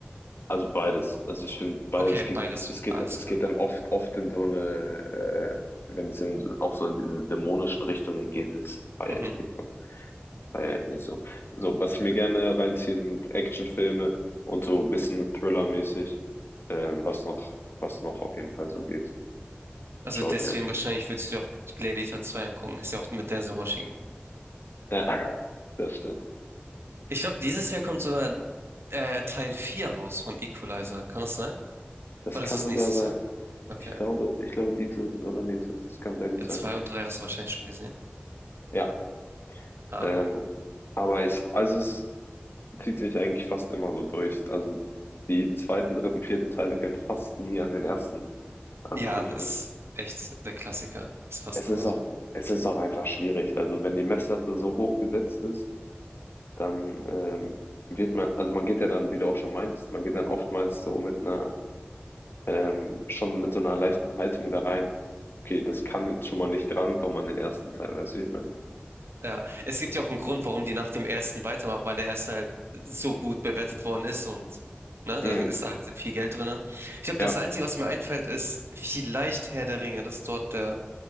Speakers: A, on the left; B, on the right.
A: also beides. Also ich finde beides
B: Okay,
A: geht,
B: beides,
A: es geht,
B: alles
A: es
B: klar.
A: geht dann oft, oft in so eine, äh, wenn es in, auch so in diese dämonischen Richtungen geht, das feiere
B: Mhm.
A: ich nicht so. Feiere ich nicht so. So, was ich mir gerne reinziehe, sind Actionfilme und so ein bisschen Thriller-mäßig, ähm, was noch, was noch auf jeden Fall so geht.
B: Also
A: Das schaue
B: deswegen
A: ich mir an.
B: wahrscheinlich würdest du dir auch Gladiator 2 angucken, ist ja auch mit Denzel Washington.
A: Ja, <laughs> das stimmt.
B: Ich glaube, dieses Jahr kommt sogar äh, Teil 4 raus von Equalizer. Kann das sein?
A: Das
B: Oder
A: kann
B: ist das
A: sogar
B: nächstes
A: sein.
B: Jahr? Okay.
A: Ich glaube, ich glaube, dieses oder nächstes, das kann sehr gut
B: Ja,
A: sein.
B: 2 und 3 hast du wahrscheinlich schon gesehen.
A: Ja,
B: Ah.
A: ähm, aber ich, also es ist, zieht sich eigentlich fast immer so durch. Also die zweiten, dritten, vierten Teile können fast nie an den ersten anknüpfen.
B: Ja, ist echt der Klassiker. Ist fast
A: Es
B: immer
A: ist auch,
B: so.
A: es ist auch einfach schwierig. Also wenn die Messlatte so hoch gesetzt ist, dann ähm, wird man, also man geht ja dann, wie du auch schon meinst, man geht dann oftmals so mit einer, ähm, schon mit so einer leichten Haltung da rein. Okay, das kann jetzt schon mal nicht rankommen an den ersten Teil, weißt du, wie ich meine?
B: Ja, es gibt ja auch einen Grund, warum die nach dem ersten weitermachen, weil der erste halt so gut bewertet worden ist und ne,
A: Mhm.
B: da ist da halt viel Geld drin. Ich glaube,
A: Ja.
B: das Einzige, was mir einfällt, ist vielleicht Herr der Ringe, dass dort der